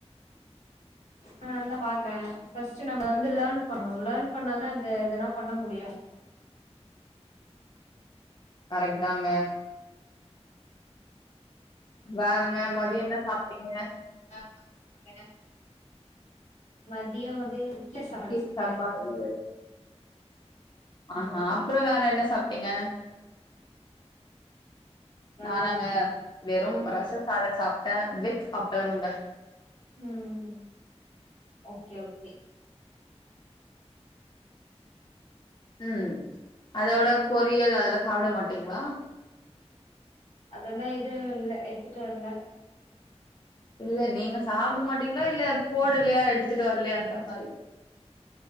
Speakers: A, on the left (about 80°); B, on the left (about 40°).
A: பண்ணலானுதா பாத்த ஃபஸ்ட்டு நம்ம வந்து லேர்ன் பண்ணணு லேர்ன் பண்ணாதான அந்த எதனா பண்ண முடியு.
B: கரெக்ட்தாங்க வேறங்க மதியொ என்ன சாப்ட்டீங்க
A: என்ன சாப்டிங்க மதியோ வந்து இட்லி சாப்பாடு
B: கீர
A: சாப்ட
B: சாப்பாடு ஆஹ அப்றோ வேற என்ன சாப்ட்டீங்க?
A: வேற
B: நானாங்க வெறு ரச சாத சாப்ட வித் அப்பளம்ங்க
A: ம் ஓகே ஓகே
B: ம் அதோட பொரியல் அதெல்லா சாப்ட மாட்டீங்ளா
A: அதெல்லா எதுவு இல்ல எடுத்துட்டு வர்ல
B: இல்ல நீங்க சாப்ட மாட்டீங்ளா இல்ல போடலயா எடுத்துட்டு வர்லயா அந்த மாரி